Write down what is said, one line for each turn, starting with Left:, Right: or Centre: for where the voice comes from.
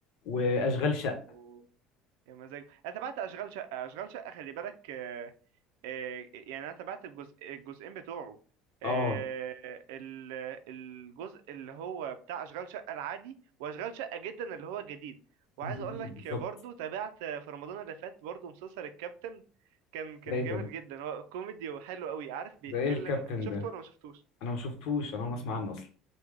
Left: واشغال شقه
Right: أوه. يا مزاج انا تابعت اشغال شقه اشغال شقه خلي بالك آه، آه، يعني انا تابعت الجزء الجزئين بتوعه آه،
Left: اه
Right: ال- الجزء اللي هو بتاع اشغال شقه العادي واشغال شقه جدا اللي هو جديد وعايز
Left: الجديد
Right: اقول لك
Left: بالظبط
Right: برضو تابعت في رمضان اللي فات برضو مسلسل الكابتن كان كان
Left: ده ايه
Right: جامد
Left: ده
Right: جدا هو كوميدي وحلو قوي عارف بيتكلم
Left: ده ايه الكابتن
Right: انت شفته
Left: ده
Right: ولا ما شفتوش
Left: انا ما شفتوش انا ما اسمع عنه اصلا